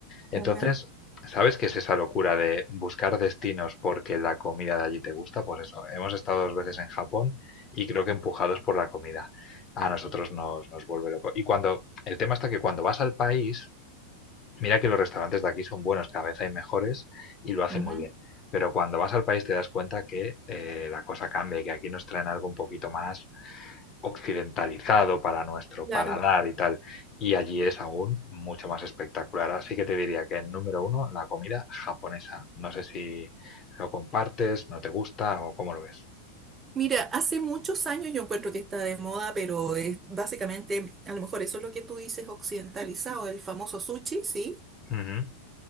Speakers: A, on the left; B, on the right.
A: Entonces,
B: Ajá,
A: ¿sabes qué es esa locura de buscar destinos porque la comida de allí te gusta? Pues eso, hemos estado dos veces en Japón y creo que empujados por la comida. A nosotros nos, nos vuelve loco. Y cuando, el tema está que cuando vas al país, Mira que los restaurantes de aquí son buenos, cada vez hay mejores y lo hacen
B: ajá.
A: muy bien. Pero cuando vas al país te das cuenta que eh, la cosa cambia y que aquí nos traen algo un poquito más occidentalizado para nuestro
B: Claro.
A: paladar y tal. Y allí es aún mucho más espectacular. Así que te diría que en número uno, la comida japonesa. No sé si lo compartes, no te gusta o cómo lo ves.
B: Mira, hace muchos años yo encuentro que está de moda, pero es básicamente, a lo mejor eso es lo que tú dices, occidentalizado, el famoso sushi, sí.
A: Ujú.